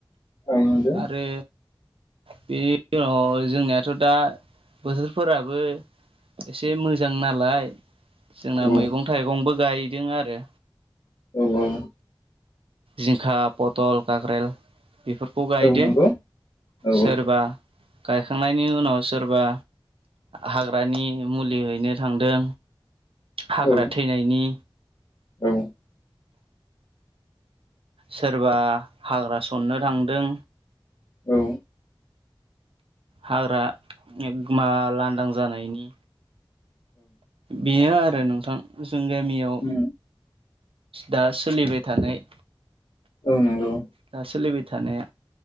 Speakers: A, on the left; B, on the right.
A: औ नंगौ
B: आरो बेनि उनाव जोंनियाथ' दा बोथोरफोराबो एसे मोजां नालाय जोंना
A: औ
B: मैगं थाइगंबो गायदों आरो।
A: औ- औ।
B: जिंखा पथल काक्रेरेल बेफोरखौ गायदो
A: औ नंगौ औ
B: सोरबा गायखांनायनि उनाव सोरबा हाग्रानि मुलि हैनो थांदों हाग्रा
A: औ
B: थैनायनि।
A: औ।
B: सोरबा हाग्रा सननो थांदों।
A: औ।
B: हाग्रा एखमा लांदां जानायनि बेनो आरो नोंथां जों गामियाव
A: उम
B: दा सोलिबाय थानाय
A: औ नंगौ।
B: दा सोलिबाय थानाया